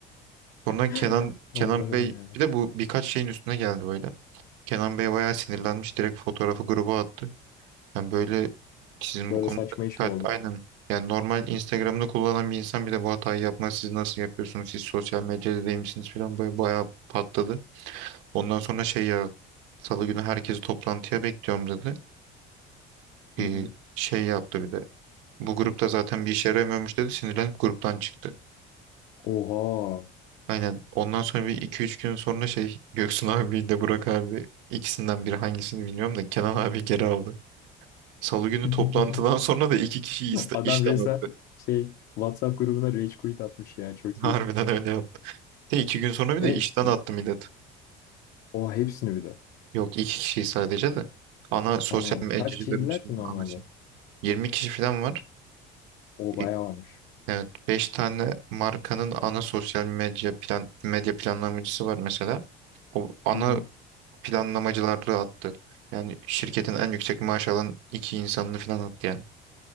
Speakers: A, on the right; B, on the left.
A: Sonra
B: <laughs>
A: Kenan Kenan
B: Allah'ım
A: Bey
B: ya.
A: bir de bu birkaç şeyin üstüne geldi böyle. Kenan Bey bayağı sinirlenmiş direkt fotoğrafı gruba attı. Yani böyle sizin
B: Böyle
A: bu konuda
B: saçma iş
A: dikkat
B: mi olur?
A: aynen. Yani normal Instagram'da kullanan bir insan bir de bu hatayı yapmaz. Siz nasıl yapıyorsunuz? Siz sosyal medyada değil misiniz falan böyle bayağı patladı. Ondan sonra şey ya Salı günü herkesi toplantıya bekliyorum dedi. e,
B: Hı hı.
A: şey yaptı bir de. Bu grupta zaten bir işe yaramıyormuş dedi. Sinirlenip gruptan çıktı.
B: Oha.
A: Aynen. Ondan sonra bir iki üç gün sonra şey <laughs> Göksun abi de Burak abi ikisinden biri hangisini bilmiyorum da Kenan abi geri aldı. Salı günü
B: <laughs>
A: toplantıdan sonra da iki kişi
B: Adam
A: işten
B: resmen
A: attı.
B: şey WhatsApp grubuna rage quit atmış ya çok
A: <laughs> Harbiden
B: iyi.
A: öyle yaptı. De iki gün sonra bir
B: E,
A: de işten
B: i-
A: attı millet.
B: o hepsini bir de.
A: Yok iki kişi sadece de. Ana sosyal
B: Ha,
A: medyacıların
B: kaç kişiydiler
A: için
B: ki normalde?
A: ana şey. 20 kişi falan var.
B: O bayağı
A: E,
B: varmış.
A: Evet, 5 tane markanın ana sosyal medya plan medya planlamacısı var mesela. O ana
B: Hı hı,
A: planlamacıları attı. Yani şirketin en yüksek maaş alan iki insanını falan attı yani.